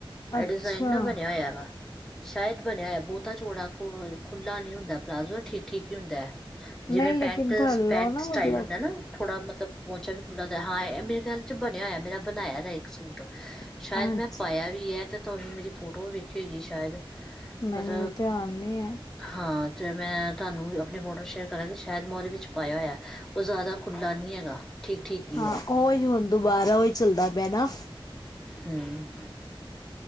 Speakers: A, in the centre; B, on the left.
A: ਇਹ
B: ਅੱਛਾ
A: ਡਿਜ਼ਾਇਨ ਨਾ ਬਣਿਆ ਹੋਇਆ ਵਾ ਸ਼ਾਇਦ ਬਣਿਆ ਹੈ ਬਹੁਤਾ ਚੋੜਾ ਖੁੱਲਾ ਨੀ ਹੁੰਦਾ ਪਲਾਜ਼ੋ ਠੀਕ ਠੀਕ ਹੀ ਹੁੰਦਾ ਹੈ ਜਿਵੇਂ
B: ਨਹੀਂ ਲੇਕਿਨ
A: ਪੈਂਟ
B: ਥੱਲੋਂ
A: ਪੈਂਟ
B: ਨਾ
A: ਸਟਾਈਲ
B: ਮਤਲਬ
A: ਹੁੰਦਾ ਨਾ ਥੋੜਾ ਮਤਲਬ ਪਹੁੰਚਾ ਵੀ ਖੁੱਲਾ ਦਾ ਹਾਂ ਇਹ ਮੇਰੇ ਖਿਆਲ ਚ ਬਣਿਆ ਹੋਇਆ ਮੇਰਾ ਬਣਾਇਆ ਦਾ ਇੱਕ ਸੂਟ
B: ਅੱਛਾ
A: ਸ਼ਾਇਦ ਮੈਂ ਪਾਇਆ ਵੀ ਏ ਤੇ ਤਾਂ ਉਹਨੇ ਮੇਰੀ ਫੋਟੋ ਵੀ ਵੇਖੀ ਹੋਈਗੀ ਸ਼ਾਇਦ
B: ਨਈਂ
A: ਪਰ
B: ਮੈਨੂੰ ਧਿਆਨ ਨੀ ਏਂ
A: ਹਾਂ ਅਤੇ ਮੈਂ ਤੁਹਾਨੂੰ ਆਪਣੀ ਫੋਟੋ ਸ਼ੇਅਰ ਕਰਾਂਗੀ ਸ਼ਾਇਦ ਮੈਂ ਉਹਦੇ ਵਿੱਚ ਪਾਇਆ ਹੋਇਆ ਉਹ ਜ਼ਿਆਦਾ ਖੁੱਲ੍ਹਾ ਨਈਂ ਹੈਗਾ ਠੀਕ ਠੀਕ ਹੀ
B: ਹਾਂ,
A: ਹੈ
B: ਉਹੀ ਹੁਣ ਦੁਬਾਰਾ ਓਈ ਚੱਲਦਾ ਪਿਆ ਨਾਂ
A: ਹਂ,